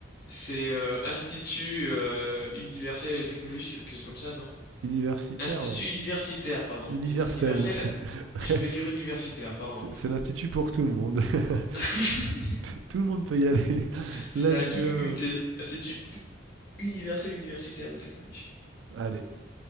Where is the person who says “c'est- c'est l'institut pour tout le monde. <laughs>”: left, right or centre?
Right